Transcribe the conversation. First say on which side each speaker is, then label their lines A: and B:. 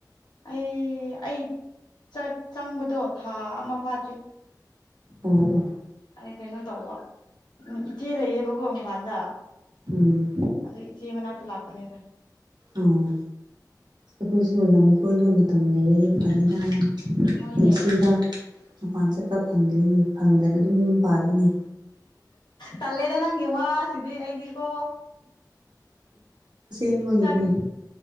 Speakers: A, on the left; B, on the right.
A: ꯑꯩ ꯑꯩ ꯆꯠ ꯆꯪꯕꯗꯣ ꯊꯥ ꯑꯃ ꯐꯥꯗ꯭ꯔꯤ
B: ꯑꯣ ꯑꯣ
A: ꯑꯩ ꯀꯩꯅꯣ ꯇꯧꯕ ꯎꯝ ꯏꯆꯦ ꯂꯩꯌꯦꯕꯀꯣ ꯃꯄꯥꯟꯗ
B: ꯎꯝ
A: ꯑꯗꯨ ꯏꯆꯦ ꯃꯅꯥꯛꯇ ꯂꯥꯛꯄꯅꯦꯗ
B: ꯑꯣ ꯑꯩꯈꯣꯏꯁꯨ ꯂꯝ ꯀꯣꯏꯕ ꯃꯇꯝ ꯂꯩꯔꯗꯤ ꯐꯅꯤꯗ
A: ꯍꯣꯏꯅꯦ
B: ꯄꯨꯟꯁꯤꯗꯥꯛ ꯃꯄꯥꯟ ꯆꯠꯄ ꯐꯪꯗ꯭ꯔꯤꯅꯤ ꯐꯪꯗꯅ ꯑꯗꯨꯝ ꯌꯨꯝ ꯄꯥꯜꯂꯤꯅꯤ
A: ꯇꯜꯂꯦꯗ ꯅꯪꯒꯤ ꯋꯥ ꯁꯤꯗꯤ ꯑꯩꯗꯤꯀꯣ
B: ꯁꯦꯡꯕꯒꯤꯅꯦ
A: ꯆꯠ